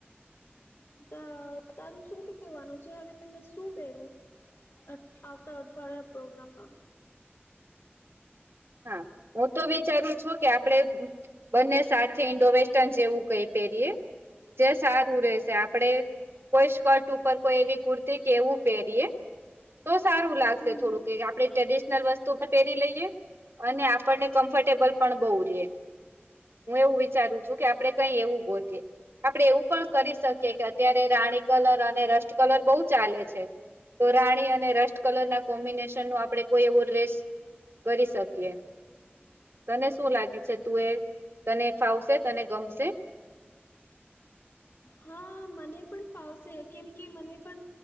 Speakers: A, on the left; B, on the right.
A: તા તારું શું કેવાનું છે, હવે મેં શું પહેરુ? અટ આવતા અઠવાડિયા પ્રોગ્રામમાં
B: હા હું તો વિચારું છું કે આપડે બંને સાથે ઇન્ડો વેસ્ટર્ન જેવું કઈ પહેરીએ જે સારું રેશે આપડે કોઈ સ્કર્ટ ઉપર કોઈ એવી કુર્તી કે એવું પેરીએ તો સારું લાગશે
A: હમ
B: થોડું કે આપણે ટ્રેડિશનલ વસ્તુ પેરી લઈએ અને આપણને કમ્ફર્ટેબલ પણ બોવ રયે હું એવું વિચારું છું કે આપડે કઈ એવું ગોતયે આપણે એવું પણ કરી શકીએ કે અત્યારે રાણી કલર અને રસ્ટ કલર બોવ ચાલે છે. તો રાણી અને રસ્ટ કલ ના કોમ્બિનેશનનું આપણે કોઈ એવો રેસ કરી શક કીયે તને શું લાગ્યું છે, તું એ તને ફાવશે તને ગમશે?
A: હા મને પણ ફાવશે કેમ કે મને પણ